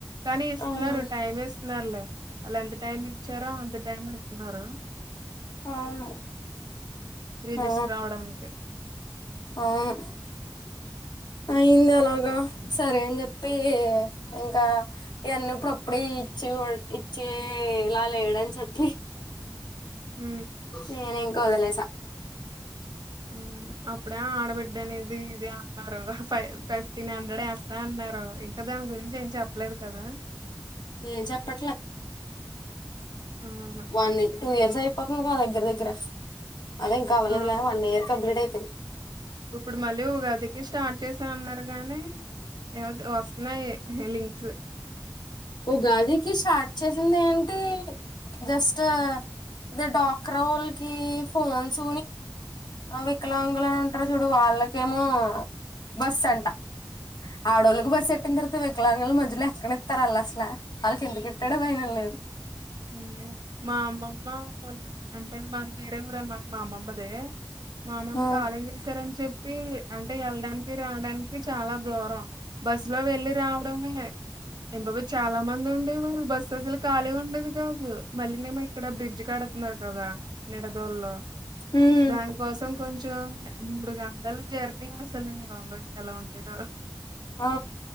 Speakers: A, on the right; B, on the left.
A: కానీ ఇస్తున్నారు
B: అవును
A: టైం నర్లే వాళ్లు ఎంత టైం ఇచ్చారో తిమిళిత్తున్నారా
B: అవును
A: రిజిస్టర్
B: ఆ
A: అవ్వడానికి.
B: అవును అయ్యిందా అలాగా సరే అని జెప్పి ఇంకా ఇవన్నీ ఇప్పుడుప్పుడే ఇచ్చి ఇచ్చి ఇలా లేడని చెప్పి
A: ఉ
B: నేను ఇంకా వదిలేసా
A: వును అప్ ఇప్పుడే ఆడబిడ్డ అనేది ఇది అన్నారు ఫై ఫైవ్ ఫిఫ్టీన్ హండ్రెడ్ వేస్తా అన్నారు ఇంకా దాని గురించి ఏం చెప్పలేదు గదా
B: ఏం చెప్పట్ల
A: అవును.
B: వాన్ని టూ ఇయర్స్ అయిపోతుంది గదా దగ్గర్దగ్గర అదే ఇంకా అవ్వలేదులే
A: అవును.
B: వన్ ఇయర్ కంప్లీట్ <inaudible>
A: ఇప్పుడు మళ్ళీ ఉగాదికి స్టార్ట్ చేసా అన్నారు. కాగానే ఎ వస్త నై హిలింగ్స్
B: ఉగాదికీ స్టార్ట్ ంది ఏంటి జస్ట్ అదే డాక్రా వొళ్ళకి ఫోన్స్ వికలాంగుల ఉంటారు చూడు వాళ్ళకి ఇకేమో బస్ అంట ఆడోళ్ళకి బస్ పెట్టిన తర్వాత వికలాంగులు మధ్యలో ఎక్కడ ఇస్తారు అలా <unintelligible> లేదు
A: <unintelligible> మా అమ్మమ్మ అంటే మా వేరే ఊర అనమాట మా అమ్మమ్మది మామమ్మకు
B: ఉమ్
A: <unintelligible> చెప్పి అంటే వెళ్ళడానికి రావడానికి చాలా దూరం బస్సు లో వెళ్ళలి రావడమే <unintelligible> మంది ఉండి బస్సు అసలు కాలిగుండదు జాబు మల్లి మేము ఇక్కడ బ్రిడ్జ్ కడుతున్నారు కదా నిడదోల్లో
B: ఉమ్
A: దానికోసం కొంచెం మూడు గంటల జర్నీ అసలు బాబొయ్ ఎలా ఉండేదో
B: ఆ